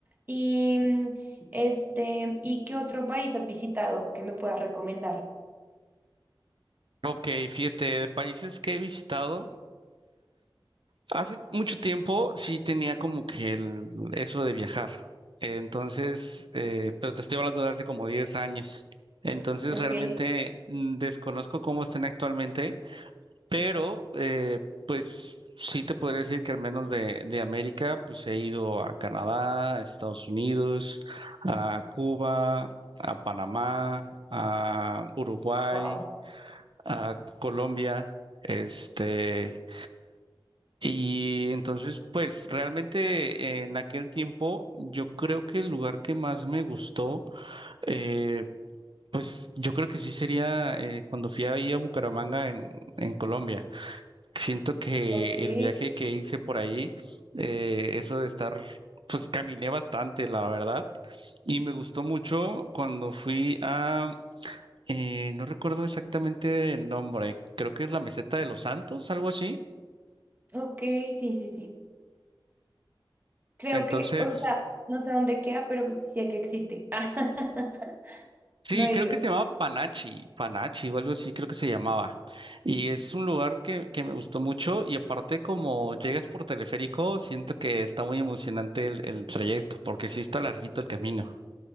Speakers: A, on the right; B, on the right.
A: Y mm, este, ¿y qué otro país has visitado que me puedas recomendar?
B: Ok, fíjate, de países que he visitado. Hace mucho tiempo sí tenía como que el, eso de viajar. Entonces, eh, pero te estoy hablando de hace como 10 años. Entonces,
A: Okay.
B: realmente mm, desconozco cómo estén actualmente, pero eh, pues sí te podría decir que al menos de, de América, pues he ido a Canadá, a Estados Unidos, a Cuba, a Panamá, a Uruguay,
A: Wow.
B: a Colombia. Este, y entonces, pues realmente eh, en aquel tiempo, yo creo que el lugar que más me gustó, eh, pues yo creo que sí sería eh, cuando fui ahí a Bucaramanga en, en Colombia. Siento que
A: okay,
B: el viaje que hice por ahí, eh, eso de estar, pues caminé bastante, la verdad. Y me gustó mucho cuando fui a, eh, no recuerdo exactamente el nombre, creo que es la Meseta de los Santos, algo así.
A: okay, sí, sí, sí. Creo
B: Entonces
A: que, o sea, no sé dónde queda, pero pues sí sé que existe. <laughs>
B: Sí,
A: No he
B: creo
A: ido.
B: que se llamaba Panachi, Panachi o algo así, creo que se llamaba. Y es un lugar que, que me gustó mucho y aparte como llegas por teleférico, siento que está muy emocionante el, el trayecto porque sí está larguito el camino.